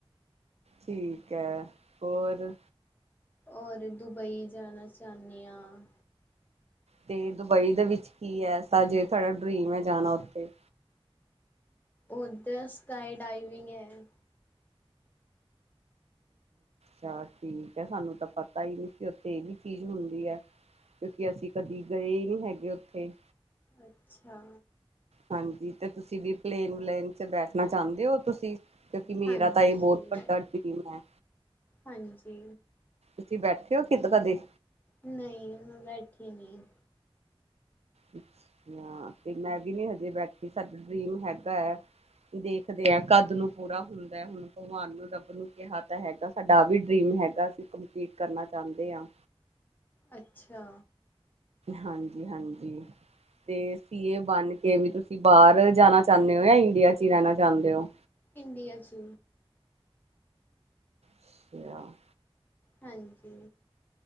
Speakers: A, on the right (about 90°); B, on the left (about 15°).
A: ਠੀਕ ਹੈ। ਹੋਰ?
B: ਔਰ ਦੁਬਈ ਜਾਣਾ ਚਾਹਣੀ ਹਾਂ।
A: ਤੇ ਦੁਬਈ ਦੇ ਵਿੱਚ ਕੀ ਏ ਐਸਾ ਜੇ ਤੁਹਾਡਾ ਡਰੀਮ ਹੈ ਜਾਣਾ ਉੱਥੇ।
B: ਉੱਧਰ ਸਕਾਈ ਡਾਈਵਿੰਗ ਐ।
A: ਤਾਂ ਠੀਕ ਐ। ਸਾਨੂੰ ਤਾਂ ਪਤਾ ਹੀ ਨਹੀਂ ਸੀ। ਉੱਥੇ ਇਹ ਵੀ ਚੀਜ਼ ਹੁੰਦੀ ਐ। ਕਿਉਕੀ ਅਸੀਂ ਕਦੀ ਗਏ ਹੀ ਨਹੀਂ ਹੈਗੇ ਉੱਥੇ।
B: ਅੱਛਾ।
A: ਹਾਂਜੀ ਤੇ ਤੁਸੀਂ ਵੀ ਪਲੇਨ ਵਲੇਨ ਚ ਬੈਠ ਨਾ ਚਾਹੁੰਦੇ ਹੋ ਤੁਸੀਂ ਕਿਉਂਕਿ ਮੇਰਾ
B: ਹਾਂਜੀ,
A: ਤਾਂ ਇਹ ਬਹੁਤ ਵੱਡਾ ਡਰੀਮ ਐ।
B: ਹਾਂਜੀ।
A: ਤੁਸੀਂ ਬੈਠੇ ਹੋ ਕਿਤ ਕਦੇ?
B: ਨਈ, ਮੈਂ ਬੈਠੀ ਨੀ।
A: ਅੱਛਾ ਤੇ ਮੈਂ ਵੀ ਨੀ ਹਜੇ ਬੈਠੀ ਸਾਡਾ ਡਰੀਮ ਹੈਗਾ ਐ। ਦੇਖਦੇ ਆ ਕਦ ਨੂੰ ਪੂਰਾ ਹੁੰਦਾ। ਹੁਣ ਭਗਵਾਨ ਨੂੰ ਰੱਬ ਨੂੰ ਕਿਹਾ ਤਾਂ ਹੈਗਾ ਸਾਡਾ ਆ ਵੀ ਡਰੀਮ ਹੈਗਾ। ਅਸੀਂ ਕੰਪਲੀਟ ਕਰਨਾ ਚਾਦੇ ਆਂ।
B: ਅੱਛਾ।
A: ਹਾਂਜੀ, ਹਾਂਜੀ। ਤੇ ਸੀਏ ਬਣ ਕੇ ਵੀ ਤੁਸੀਂ ਬਾਹਰ ਜਾਣਾ ਚਾਹੁੰਦੇ ਹੋ ਜਾਂ ਇੰਡੀਆ ਚ ਹੀ ਰਹਿਣਾ ਚਾਹੁੰਦੇ ਹੋ।
B: ਇੰਡੀਆ ਚ।
A: ਅੱਛਾ। <inaudible>
B: ਹਾਂਜੀ।